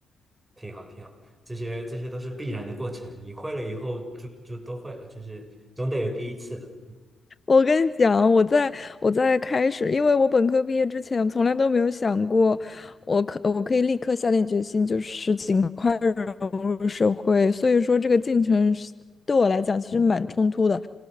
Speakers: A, on the right (about 20°); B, on the left (about 35°).
A: 挺好，挺好，这些这些都是必然的过程，你会了以后就就都会了，就是总得有第一次的。
B: 我跟你讲，我在我在开始，因为我本科毕业之前，从来都没有想过，我可我可以立刻下定决心，就是尽快融入社会。所以说，这个进程是对我来讲其实蛮冲突的，